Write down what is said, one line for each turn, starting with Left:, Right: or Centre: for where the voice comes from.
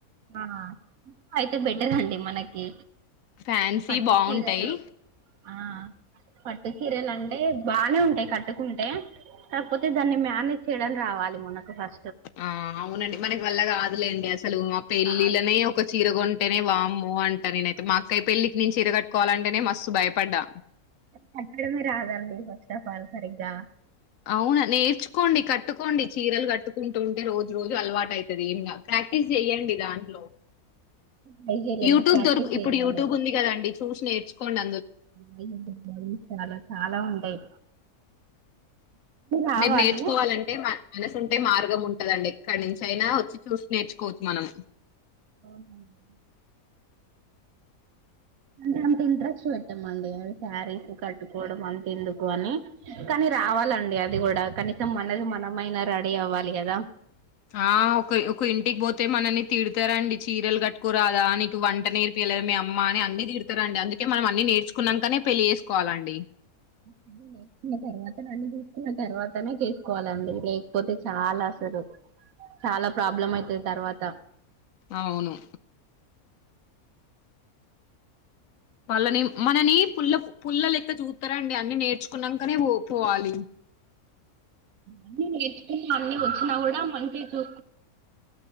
Right: ఆ అయితే బెటర్ అండి మనకి
Left: ఫ్యాన్సీ
Right: పట్టుచీరలు
Left: బాగుంటాయి
Right: ఆ పట్టుచీరలు అం టే బానే ఉంటాయి కట్టుకుంటే కాకపోతే దాన్ని మేనేజ్ చేయడం రావాలి మనకు ఫస్ట్.
Left: ఆ అవునండి మనకి వల్ల కాదులేండి అసలు ఆ పెళ్ళిళ్ళనే
Right: కాదు
Left: ఒక చీర కొం అంటేనే వామ్మో అంట నేనైతే మాకుై పెళ్ళికి నిను చిరగట్టుకోవాలంటేనే మస్తు భయపడ్డా
Right: కట్టడమే రాదండి ఫాస్టఫాల్ సరిగ్గా
Left: అవునా నేర్చుకోండి కట్టుకోండి చీరలు కట్టుకుంటుంటే రోజు రోజు అలవాటు అవుతది ఏం కాద్ ప్రాక్టీస్ చెయ్యడి దాంట్లో
Right: ట్రై చేయలేదు
Left: యూట్యూబ్
Right: ప్రాక్టీస్
Left: దొరకు ఇప్పుడు
Right: చేయాలి
Left: యూట్యూబ్ ఉంది కదండి చూసి నేర్చుకొండి
Right: <unintelligible> చాలా చాలా ఉంటాయ్ రావాలి
Left: మీరు నేర్చుకోవాలంటే మ మనసు ఉంటే మార్ ం ఉంటదండి ఎక్కడ నుంచి అయినా వచ్చి చూసి నేర్చుకోవచ్చు మనం
Right: అవును మ అ అంత ఇంట్రెస్ట్ పెట్టామండి అవి శారీస్ కట్టుకోవడం అంత ఎందుకు అని కానీ రావాలం డి అది కూడా కనీసం మనది మనమైనా రెడీ అవ్వాలి కదా
Left: ఆ ఒక ఒకరి ఇంటికి పోతే మనల్ని తిడతారండి చీరలు కట్టుకోరాదా నీకు వంట నేర్పియలేద మీ అమ్మ అని అన్నిీ తీిడుతర్ రండి అందుకే మనం అన్ని నేర్చుకున్నాకనే పెళ్లి చేేసుకోవాలండి
Right: హు ఇంగ తర్వాత అన్ని చుస్ కున్న తర్వాతనే చేసుకోవాలండి లేకపోతే చాలా అసలు చాలా ప్రాబ్లం అయితది తర్వాత
Left: అవును వాళ్ళని మనని పుల్ల పుల్ల లెక్క చూతారాండి అన్ని నేర్చుకున్నాకనే పో పోవాలి
Right: అన్ని నేర్చుకున్నా అన్ని వచ్చినా కూడా మంచిగ చూ